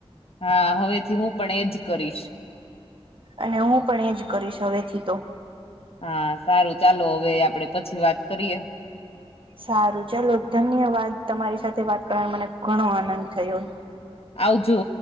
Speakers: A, on the left; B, on the right.
A: હા હવેથી હું પણ એજ કરીશ
B: અને હું પણ એજ કરીશ હવેથી તો
A: હા સારું ચાલો હવે આપડે પછી વાત કરીએ.
B: સારું ચાલો ધન્યવાદ તમારી સાથે વાત કરવા મને ઘણો આનંદ થયો.
A: આવજો.